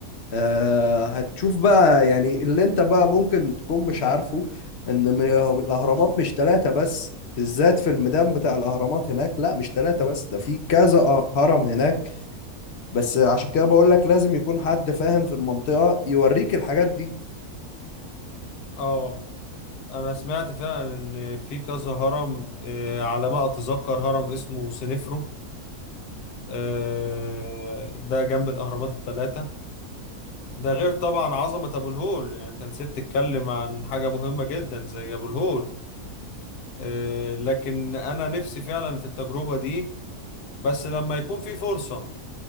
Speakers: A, on the left (about 60°); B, on the left (about 85°).
A: آه، هتشوف بقى يعني اللي انت بقى ممكن تكون مش عارفه ان م- هم- الاهرامات مش ثلاثة بس بالذات في الميدان بتاع الاهرامات هناك لا مش ثلاثة بس ده في كذا اه- هرم هناك بس عشان كده بقول لك لازم يكون حد فاهم في المنطقة يوريك الحاجات دي
B: اه انا سمعت فعلا ان في كذا هرم آه، على ما اتذكر هرم اسمه سنفرو آه، ده جنب الاهرامات الثلاثه ده غير طبعا عظمه ابو الهول يعني انت نسيت تتكلم عن حاجه مهمه جدا زي ابو الهول آه، لكن انا نفسي فعلا في التجربه دي بس لما يكون في فرصه